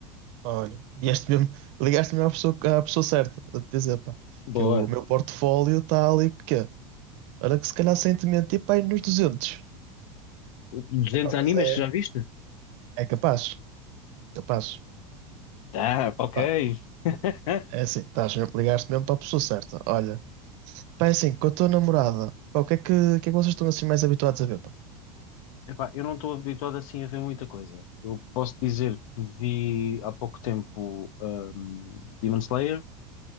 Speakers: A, on the right; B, on the left.
A: Olha, vieste mesmo, ligaste-me à pessoa, à pessoa certa, a te dizer, pá,
B: Boa,
A: que o meu portfólio está ali, que quê? Olha que se calhar sem te mentir, pá, aí nos 200.
B: 200
A: Pá,
B: animes
A: mas é,
B: que já viste?
A: é capaz, capaz.
B: Tá, ok.
A: Pá,
B: <laughs>
A: é assim, estás, mesmo- ligaste mesmo para a pessoa certa. Olha, pá, é assim, com a tua namorada, pá, o que é que, o que é que vocês estão assim mais habituados a ver, pá?
B: Epá, eu não estou habituado assim a ver muita coisa. Eu posso dizer que vi há pouco tempo um, Demon Slayer,